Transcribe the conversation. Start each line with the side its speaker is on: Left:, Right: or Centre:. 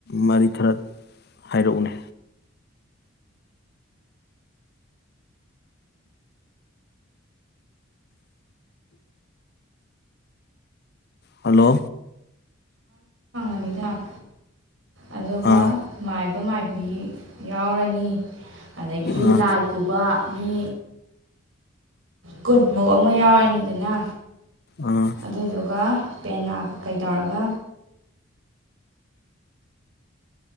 Left: ꯃꯔꯤ ꯈꯔ ꯍꯥꯏꯔꯛꯎꯅꯦ ꯍꯜꯂꯣ
Right: ꯑꯅꯤ ꯂꯥꯛ ꯑꯗꯨꯒ
Left: ꯑꯥ
Right: ꯃꯥꯏ ꯃꯥꯏꯕꯤ ꯌꯥꯎꯔꯅꯤ ꯑꯗꯩꯗꯤ
Left: ꯑꯥ
Right: ꯂꯥꯏ ꯄꯨꯕ ꯃꯤ ꯀꯨꯟꯃꯨꯛ ꯑꯃ ꯌꯥꯎꯔꯅꯤꯗꯅ
Left: ꯑꯥ
Right: ꯑꯗꯨꯗꯨꯒ ꯄꯦꯅꯥ ꯀ ꯀꯩ ꯇꯧꯔꯒ